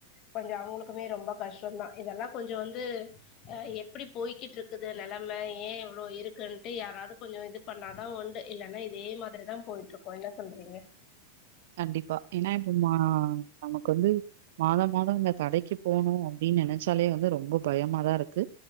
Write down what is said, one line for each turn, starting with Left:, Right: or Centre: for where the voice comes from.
Left: கொஞ்சு அவங்களுக்குமே ரொம்ப கஷ்டந்தா இதெல்லாம் கொஞ்சு வந்து ஆ எப்டி போயிக்கிட்ருக்குது நெலம ஏ இவ்ளோயிருக்குன்ட்டு யாராவது கொஞ்சு இது பண்ணாதா உண்டு யில்லைன்னா யிதே மாதிரிதான் போயிட்டுருக்கு என்ன சொல்றீங்க
Right: கண்டிப்பா ஏன்னா இப்போ மா நமக்கு வந்து மாதம் மாதோ இந்த கடைக்கு போனு அப்டின்னு நெனைச்சாலே வந்து ரொம்ப பயமாதாருக்கு